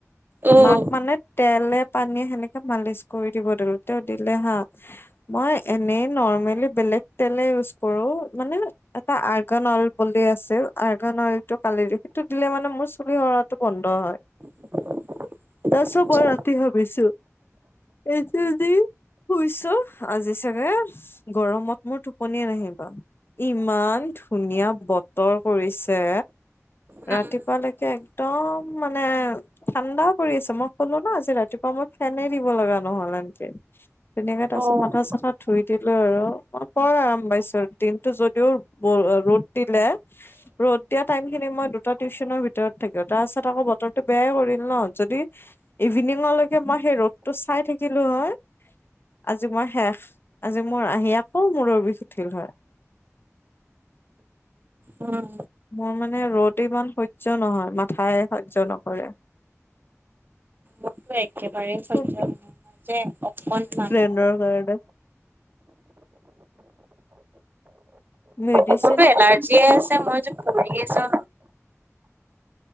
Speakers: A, on the right; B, on the left.
A: অ'
B: মাক মানে তেলে, পানীয়ে সেনেকে মালিচ কৰি দিব দিলো তেওঁ দিলে হা। মই এনেই নৰ্মেলি বেলেগ তেলে ইউজ কৰো মানে। এটা আৰ্গান অইল বুলি আছিল। আৰ্গান অইলটো ফালি দি সেইটো দিলে মানে মোৰ চুলিসৰা বন্ধ হয়।
A: <unintelligible>
B: তাৰ পাছত
A: আচ্ছা
B: মই ৰাতি ভাবিছো, এই কেইদিন শুইছ? আজি চাগে গৰমত মোৰ টোপনিয়ে নাহিবা। ইমান ধুনীয়া বতৰ কৰিছে।
A: উম,
B: ৰাতিপুৱা লেকে একদম মানে ঠাণ্ডা কৰি আছে মই ক'লো ন' আজি ৰাতিপুৱা মই ফেনে দিব লগা নহল এনকে। তেনেকে তাৰপিছত
A: অ'
B: মাথা চাথা ধুই দিলো আৰু মই বৰ আৰাম পাইছো। দিনটো যদিও ৰ'দ দিলে ৰ'দ দিয়া টাইম খিনি মই দুটা টিউচনৰ ভিতৰত থাকিলো তাৰপাছত আকৌ বতৰটো বেয়াই কৰিল ন' যদি ইভিনিঙলৈকে মই সেই ৰ'দটো চাই থাকিলোঁ হয় আজি মই শেষ আজি মোৰ আহি আকৌ মূৰৰ বিষ উঠিল হয়।
A: উম,
B: মোৰ মানে ৰ'দ ইমান সহ্য নহয় মাথাই সহ্য নকৰে।
A: মো একেবাৰেই
B: খুব
A: সহ্য নহয় যে অকণমানো
B: ত' কৰণে মেডিচিন
A: মোৰতো এলাৰ্জিয় আছে মই যে পৰি আছোঁ।